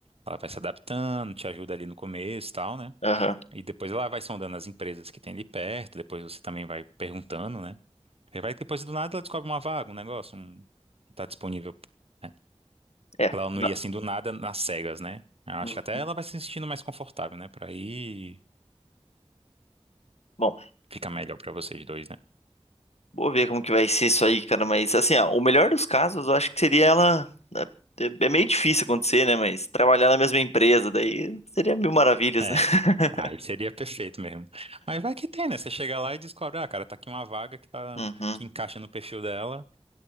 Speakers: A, on the right (about 60°); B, on the left (about 70°).
A: Ela vai se adaptando, te ajuda ali no começo e tal, né?
B: aham.
A: E depois ela vai sondando as empresas que tem ali perto, depois você também vai perguntando, né? E vai que depois do nada ela descobre uma vaga, um negócio, um... tá disponível. né?
B: É.
A: Pra Ela não
B: não,
A: ir assim do nada nas cegas, né? Eu acho
B: uhum.
A: que até ela vai se sentindo mais confortável, né? Pra ir,
B: Bom,
A: fica melhor pra vocês dois, né?
B: vou ver como que vai ser isso aí, cara. Mas assim, ó, o melhor dos casos, eu acho que seria ela. né, É é meio difícil acontecer, né? Mas trabalhar na mesma empresa, daí seria mil maravilhas,
A: É.
B: né? <laughs>
A: Aí seria perfeito mesmo. Mas vai que tem, né? Você chega lá e descobre, ah, cara, tá aqui uma vaga que tá
B: Uhum,
A: que encaixa no perfil dela